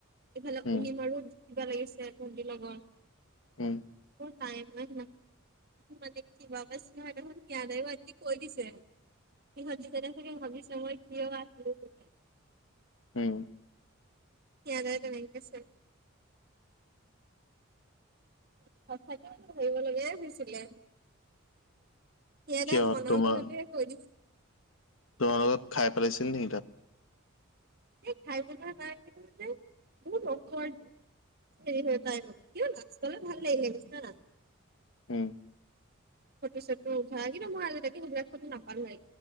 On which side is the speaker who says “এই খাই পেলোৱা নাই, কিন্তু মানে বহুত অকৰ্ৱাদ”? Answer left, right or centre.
Right